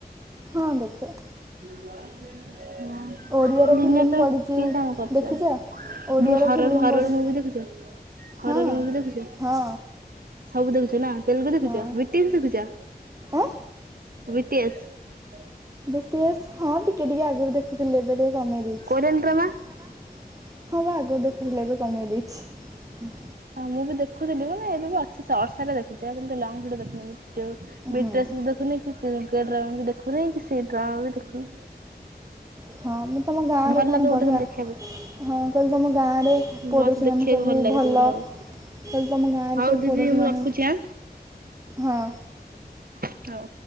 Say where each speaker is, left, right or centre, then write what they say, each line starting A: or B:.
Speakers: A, on the right; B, on the right.
A: ହଁ ଦେଖେ।
B: <unintelligible> ହଁ
A: ଓଡ଼ିଆର
B: ଦିନ
A: ଫିଲ୍ମ
B: ତମେ
A: ପଡ଼ିଛି
B: କିଏ କାମ କରୁଛ
A: ଦେଖିଛ ଓଡ଼ିଆର
B: ହର
A: ଫିଲ୍ମ
B: ହରର
A: ପଡ଼ିଛି
B: ମୁଭି ଦେଖୁଛ ହରର
A: ହଁ
B: ମୁଭି ଦେଖୁଛ।
A: ହଁ
B: ସବୁ ଦେଖୁଛ ନା ତେଲଗୁ ଦେଖୁଛ
A: ହଁ
B: ବ୍ରିଟିଶ୍ ଦେଖୁଛ।
A: ଆଁ
B: ବିି ଟି ଏ ସ୍
A: ବିି ଟି ଏ ଶ୍ ହଁ ଟିକେ ଟିକେ ଆଗରୁ ଦେଖୁଥିଲି ଏବେ ଟିକେ କମେଇ ଦେଇେଇଛି।
B: କୋରିଆନ ଡ୍ରାମା?
A: ହଁ ବା ଆଗରୁ ଦେଖୁଥିଲେ ଏବେ କମେଇ ଦେଇଛି।
B: ହଁ ମୁଁ ବି ଦେଖୁଥିଲି ମାନେ ଏବେ ବି ଅଛି ଶୋର୍ଟରେ ଦେଖୁଛି ଏମତି ଲଙ୍ଗଭିଡିଓ ଦେଖୁନି। ବିଟସ
A: ହୁଁ
B: ଦେଖୁନି କି ଡ୍ରାମାବି ଦେଖୁନି କି ସେଇ ଡ୍ରାମାବି ଦେଖୁନି।
A: ହଁ ତୁମ ଗାଁରେ
B: ଭଲ
A: କଣ
B: ଲାଗେ ମତେ
A: ପଢ଼ିବା
B: କିନ୍ତୁ ଦେଖିବାକୁ।
A: ହଁ କହିଲେ ତୁମ ଗାଁରେ ପଡ଼ୋଶୀମାନେ
B: ମତେ ଦେଖିବାକୁ
A: ସବୁ
B: ଲାଗେ
A: ଭଲ
B: ସେଗୁରା ସବୁ।
A: କହିଲେ ତୁମ ଗାଁରେ
B: ହଉ
A: ସବୁ
B: ଦିଦି
A: ପଡ଼ୋଶୀମାନେ
B: ମୁଁ ରଖୁଛି ଆଁ
A: ହଁ
B: ହଉ।